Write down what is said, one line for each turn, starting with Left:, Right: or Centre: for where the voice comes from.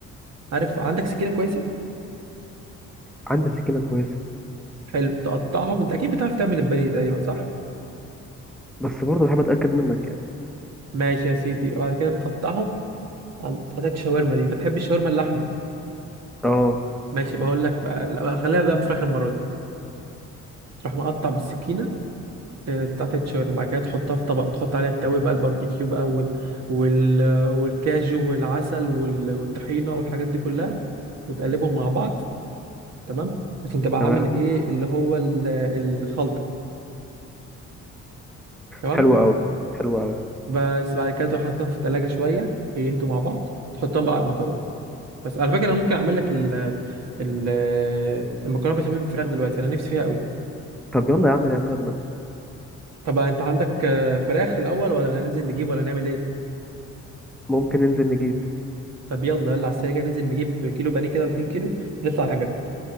Right: عارف عندك سكينه كويسه
Centre: عندي سكينه كويسه
Right: حلو تقطعهم انت اكيد بتعرف تعمل البانيه تقريبا صح
Centre: بس برضه بحب اتاكد منك يعني
Right: ماشي يا سيدي وبعد كده تقطعهم عن- حتت الشاورما دي انت بتحب الشاورما اللحمه
Centre: اه
Right: ماشي بقول لك بقى لا، خليها بقى بفراخ المره دي تروح مقطع بالسكينه آه، قطعتين شاورما وبعد كده تحطها في طبق وتحط عليها التوابل بقى الباربيكيو بقى وال... وال... والكاجو والعسل وال... والطحينه والحاجات دي كلها وتقلبهم مع بعض تمام عشان تبقى
Centre: تمام
Right: عامل ايه اللي هو ال- الخلطه تمام
Centre: حلوه قوي حلوه قوي
Right: بس بعد كده تروح حاططهم في التلاجة شويه يهدوا مع بعض تحطهم بقى على المكرونه بس على فكره انا ممكن اعمل لك ال ال المكرونه بشاميل بالفراخ دلوقتي انا نفسي فيها قوي
Centre: طب يلا يا عم نعملها دلوقتي
Right: طب انت عندك آه، فراخ الاول ولا هننزل نجيب ولا نعمل ايه
Centre: ممكن ننزل نجيب
Right: طب يلا يلا على السريع كده ننزل نجيب كيلو بانيه كده ولا 2 كيلو نطلع نعمل